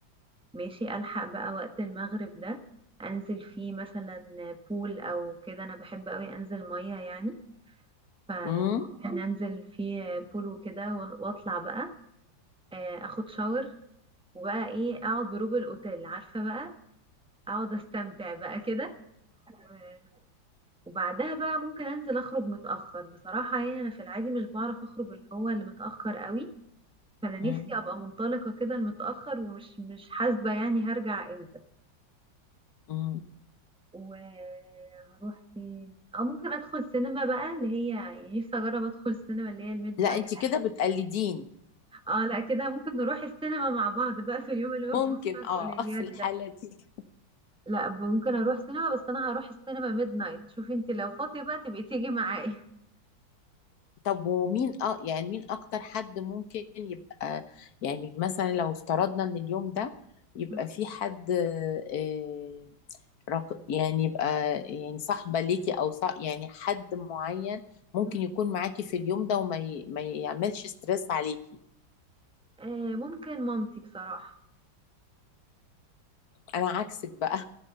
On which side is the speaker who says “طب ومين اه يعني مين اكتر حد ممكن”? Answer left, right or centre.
Left